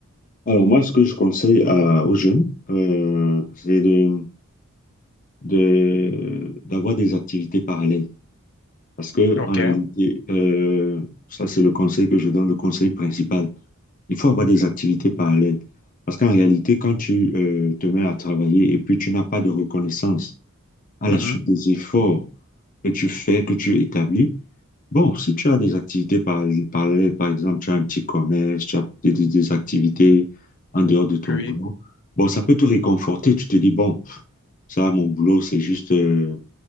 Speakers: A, on the left (about 40°); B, on the left (about 55°).
A: Alors moi, ce que je conseille à- aux jeunes, euh, c'est de, de- d'avoir des activités parallèles. Parce que
B: OK.
A: en réalité, euh, ça c'est le conseil que je donne, le conseil principal. Il faut avoir des activités parallèles. Parce qu'en réalité, quand tu euh, te mets à travailler et puis tu n'as pas de reconnaissance à la
B: Mhm.
A: suite des efforts que tu fais, que tu établis, Bon, si tu as des activités par- parallèles, par exemple, tu as un petit commerce, tu as des, des- des activités en dehors de ton
B: Oui.
A: boulot, bon, ça peut te réconforter. Tu te dis, bon, pff, ça, mon boulot, c'est juste, euh,